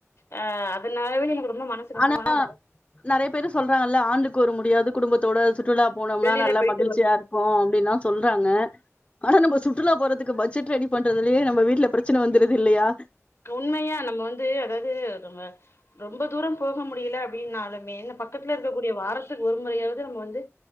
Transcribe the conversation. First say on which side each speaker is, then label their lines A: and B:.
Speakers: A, on the left (about 60°); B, on the left (about 25°).
A: ஆ அதனாலவே எனக்கு ரொம்ப மனசு கஷ்டமான
B: ஆனா நெறையா பேரு சொல்றாங்கல்ல ஆண்டுக்கு ஒரு முறையாவது குடும்பத்தோட சுற்றுலா போனோம்னா
A: வெளியில
B: நல்ல
A: போயிட்டு
B: மகிழ்ச்சியா
A: வரும்
B: இருக்கு அப்டின்ல்லா சொல்றாங்க ஆனா நம்ம சுற்றுலா போறதுக்கு பட்ஜெட் ரெடி பண்றதுலயே நம்ம வீட்ல பிரச்சன வந்துருது இல்லையா
A: உண்மையா நம்ம வந்து அதாவது நம்ம ரொம்ப தூரோ போக முடியல அப்டின்னாலுமே இந்த பக்கத்துல இருக்கக்கூடிய வாரத்துக்கு ஒரு முறையாவது நம்ம வந்து